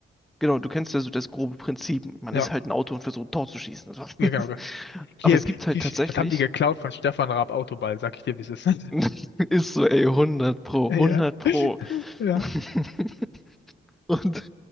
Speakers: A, in the centre; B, on the left.
A: genau, du kennst ja so das grobe Prinzip. Man
B: Ja,
A: ist halt ein Auto und versucht ein Tor zu schießen. Also.
B: ja, genau.
A: <laughs>
B: Hier,
A: Aber es gibt halt
B: wie,
A: tatsächlich,
B: sch- das haben die geklaut von Stefan Raab Autoball, sag ich dir, wie es ist. <laughs>
A: <laughs> ist so, ey, hundert pro,
B: Ja.
A: hundert pro.
B: <laughs> Ja.
A: <laughs> Und